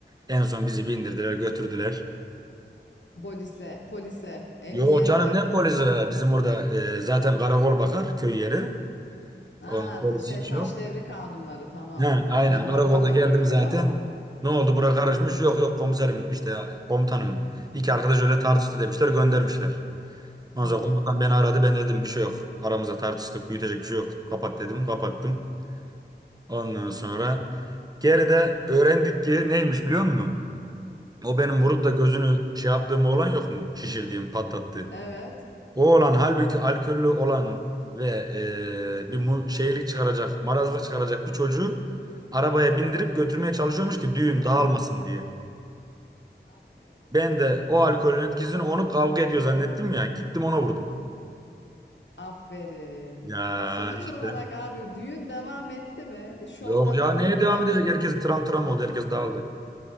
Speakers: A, on the right (about 20°); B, on the left (about 80°).
A: en son bizi bindirdiler götürdüler.
B: Polisle, polise, emniyete.
A: Yok canım ne polisi? Bizim orada e, zaten karakol bakar köy yeri.
B: Ha,
A: Onun polisi
B: ta- şey
A: hiç
B: taş
A: yok.
B: devri kanunları tamam.
A: Ha, aynen
B: Jandarma
A: karakolda
B: bakıyor
A: geldim zaten.
B: tamam.
A: Ne oldu bura karışmış? Yok yok komiserim işte komutanım. İki arkadaş öyle tartıştı demişler göndermişler. Ondan
B: Tabii.
A: sonra komutan beni aradı ben dedim bir şey yok. Aramızda tartıştık büyütecek bir şey yok. Kapat dedim kapattım. Ondan sonra geride öğrendik ki neymiş biliyor musun? O benim vurup da gözünü şey yaptığım olan yok mu? Şişirdiğim patlattığım.
B: Evet.
A: O olan halbuki alkollü olan ve eee, bir mu- şeylik çıkaracak, marazlık çıkaracak bir çocuğu arabaya bindirip götürmeye çalışıyormuş ki düğün dağılmasın diye.
B: Aferin.
A: Ben de o alkolün etkisini onu kavga ediyor zannettim ya. Gittim ona vurdum.
B: Aferin.
A: Ya
B: Sonuç
A: işte.
B: olarak abi düğün devam etti mi? Şov
A: Yok
B: devam
A: ya neye
B: etti
A: devam
B: mi etmedi
A: edecek? Herkes
B: mi?
A: tram tram oldu. Herkes dağıldı.